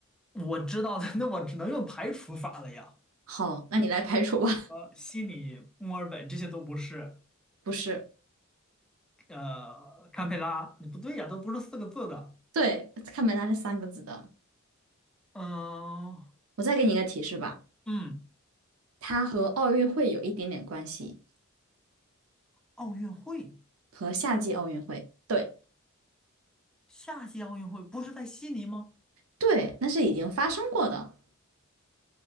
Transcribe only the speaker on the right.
好，那你来排除吧。
<laughs> 不是，
对，看没拉是三个字的。
我再给你一个提示吧，
它和奥运会有一点点关系，
和夏季奥运会。对。
对，那是已经发生过的，